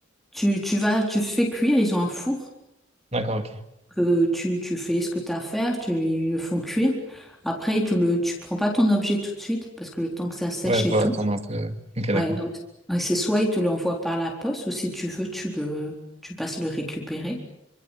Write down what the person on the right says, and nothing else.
D'accord, ok.
Ouais,
faut attendre
un peu. Ok, d'accord.